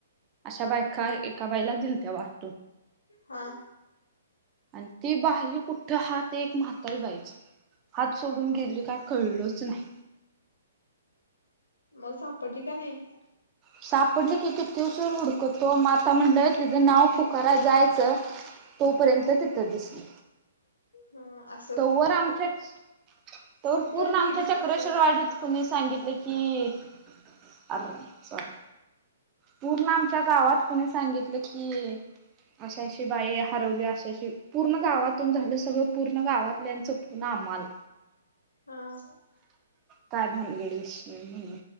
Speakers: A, on the right (about 25°); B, on the left (about 70°).
A: अशा बायका एका बाईला दिलत्या वाटून..
B: हा..
A: आणि ते बाह्य कुठं, हा ते एक म्हातारी बाईच.. हात सोडून गेली काय कळलंच नाही..
B: मग सापडली का नाही..
A: सापडली की, किती उशीर हुडकुतो माता म्हटलं तिचं नाव पुकारा जायचं.. तोपर्यंत तिथं दिसली..
B: हम आ.
A: तोवर आमच्याच, तवर
B: फक्त
A: पूर्ण
B: लेडीज
A: आमच्या चक्रश्वर
B: कसं
A: वाढीत.. तुम्ही सांगितले की, अरर सॉरी.. पूर्ण आमच्या गावात कुणी सांगितलं की, अशाशी बाई हरवल्या अशाशी.. पूर्ण गावातून झालं सगळं, पूर्ण गावातल्यांचं पुन्हा आम्हाला.
B: हां..
A: काय भानगडी विशय म्हणून..